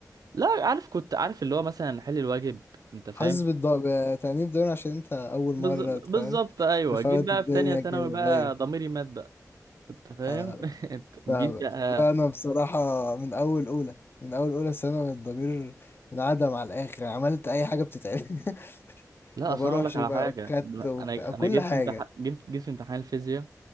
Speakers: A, on the right; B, on the left.
A: لا عارف كنت عارف اللي هو مثلا حل الواجب انت فاهم
B: حاسس بالضغط بتأنيب ضمير عشان أنت أول
A: بالز-
B: مرة
A: بالظبط
B: فاهم
A: ايوه
B: تفوت
A: جيت بقى
B: الدنيا
A: في تانية ثانوي
B: كده
A: بقى
B: ايوه
A: ضميري مات بقى انت فاهم
B: آه،
A: <laughs>
B: فاهمك
A: جيت بقى
B: لا انا بصراحه من اول اولى من اول اولى سنه الضمير انعدم على الاخر عملت اي حاجه بتتعمل <laughs>
A: لا
B: ما
A: اصل
B: بروحش
A: انا اقول لك على
B: بقى
A: حاجه
B: كات وبتاع
A: انا
B: كل
A: انا جيت
B: حاجه
A: في امتحان جيت جيت في امتحان الفيزياء